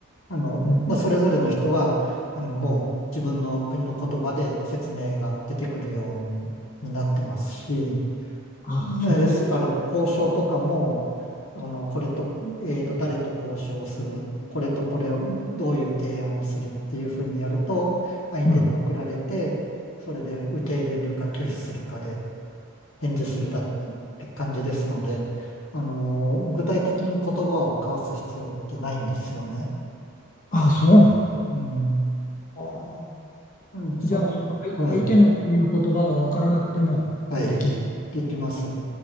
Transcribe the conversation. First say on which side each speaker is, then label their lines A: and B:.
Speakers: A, on the left; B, on the left.
A: あの、
B: うん、
A: まあ、それぞれの人が、あの、もう自分の国の言葉で説明が出てくるようになってますし、
B: あ、
A: ね、
B: そういう、
A: ですから、交渉とかも、あの、これと、えっと、誰と交渉する、これとこれを、どういう提案をするっていうふうにやると、相手に送られて、
B: うん。
A: それで受け入れるか拒否するかで返事するだって感じですので、あの、具体的に言葉を交わす必要ってないんですよね。
B: あ、そうなんだ。
A: うん。
B: ああ。
A: うん、そん、
B: じゃあ、その相相手の国の言葉が分からなくてもできる。
A: はい、はい、できます。